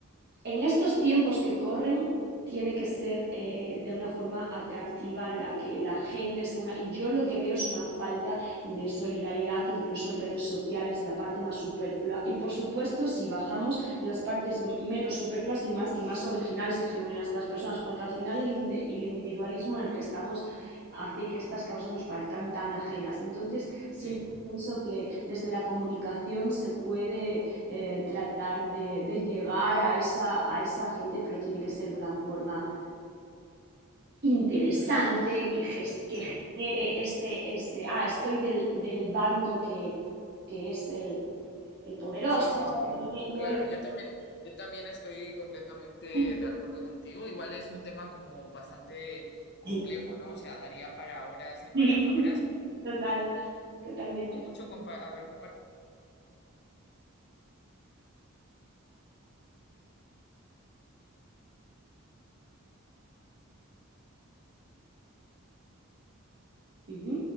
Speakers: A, on the right (about 50°); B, on the left (about 55°).
A: en estos tiempos que corren tiene que ser eh, de una forma atractiva en la que la gente se una. Y yo lo que veo es una falta de solidaridad, incluso en redes sociales, la parte más superflua. Y por supuesto, si bajamos en las partes menos superfluas y más, y más originales y genuinas de las personas, porque al final el, ind el individualismo en el que estamos hace que estas causas nos parezcan tan ajenas. Entonces, siempre
B: sí,
A: pienso que desde la comunicación se puede eh, tratar de, de llegar a esa, a esa gente, pero tiene que ser de una forma interesante, que, ges-
B: sí,
A: que genere ese, ese, ah, estoy del, del bando que, que es el, el poderoso,
B: sí, sí, sí.
A: no sé qué, y
B: Claro,
A: hoy...
B: yo también, yo también estoy completamente
A: <laughs>
B: de acuerdo contigo. Igual es un tema como bastante complejo,
A: Sí,
B: ¿no? O sea, daría para horas y para
A: sí,
B: horas.
A: total, totalmente.
B: con mucho compa- haber compartido.
A: Ujú.